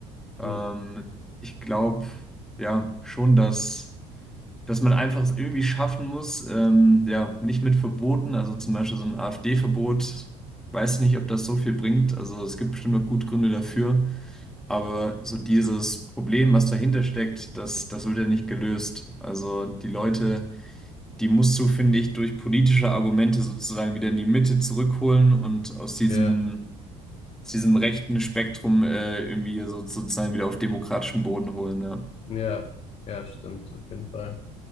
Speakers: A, in the centre; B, on the left (about 45°).
A: Ähm,
B: Hm,
A: ich glaube, ja, schon, dass, dass man einfach es irgendwie schaffen muss, ähm, ja, nicht mit Verboten, also zum Beispiel so ein AfD-Verbot, weiß nicht, ob das so viel bringt. Also es gibt bestimmt noch gute Gründe dafür, aber so dieses Problem, was dahinter steckt, das, das wird ja nicht gelöst. Also die Leute die musst du, finde ich, durch politische Argumente sozusagen wieder in die Mitte zurückholen und aus diesem,
B: ja,
A: aus diesem rechten Spektrum äh, irgendwie so, sozusagen wieder auf demokratischen Boden holen. Ja,
B: ja, ja, stimmt, auf jeden Fall.